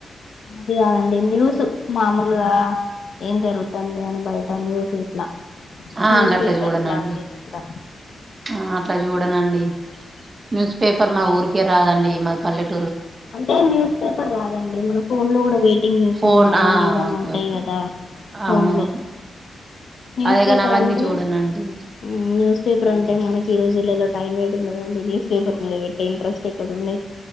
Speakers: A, on the left; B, on the right.
A: ఇది కాదండి న్యూస్ మామూలుగా ఏం జరుగుతు తుంది అని బయట న్యూస్ ఇట్ల
B: ఆ
A: న్యూస్
B: గట్లా
A: పేపర్స్
B: చూడనండి
A: లాంటే ఇలా
B: ఆ అట్లా చూడనండి న్యూస్ పేపెర్ మా ఊరికే రాదండి మా పల్లెట
A: అంటే న్యూస్ పేపర్ రాదండి మనం ఫోన్లో కూడా వెయిట్ వెయిటింగ్ న్యూస్
B: ఫోన్
A: అని అదని
B: ఆ
A: ఇదని
B: ఓకే
A: ఉంటయి
B: ఓకే
A: కదా ఫోన్లో
B: అవునవును
A: న్యూన్
B: అదేగాని
A: పేపర్
B: అవన్నీ
A: అంటె
B: చూడనండి
A: ఉమ్ న్యూస్ పేపర్ అంటే ఈ రోజుల్లో టైమ్ ని బట్టి న్యూస్ ప్యాపర్ చూడ్డానికి ఇంట్రెస్ట్ ఎక్కడ ఉన్నాంది